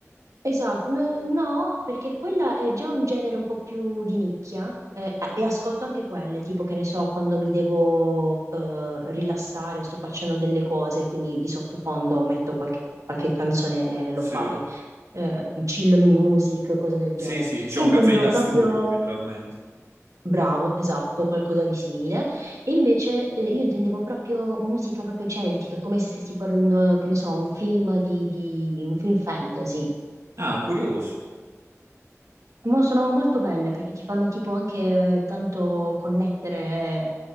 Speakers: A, on the right; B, on the right.
A: Esatto, no, no, perché quella è già un genere un po' più di nicchia eh, e ascolto anche quelle, tipo che ne so, quando mi devo eh, rilassare o sto facendo delle cose, quindi di sottofondo metto qualche, qualche canzone
B: Sì.
A: lo-fi, eh, chill music, cose del
B: Sì,
A: genere.
B: sì, diciamo
A: Io intendo
B: canzoni da
A: proprio,
B: studio generalmente.
A: bravo, esatto, qualcosa di simile, e invece eh, io intendevo proprio musica proprio celtica, come se stessi guardando, che ne so, un film di, di- un film fantasy.
B: Ah, curioso.
A: Mo- sono molto belle perché ti fanno tipo anche eh, tanto connettere eh,